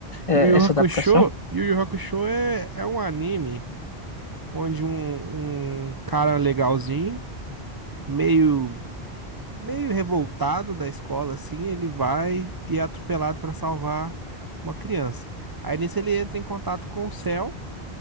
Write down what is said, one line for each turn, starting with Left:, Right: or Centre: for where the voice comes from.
Left: é,
Right: Yu Yu
Left: essa
Right: Hakusho,
Left: adaptação?
Right: Yu Yu Hakusho é, é um anime onde um, um cara legalzinho, meio meio revoltado da escola, assim, ele vai e é atropelado para salvar uma criança. Aí nisso ele entra em contato com o céu,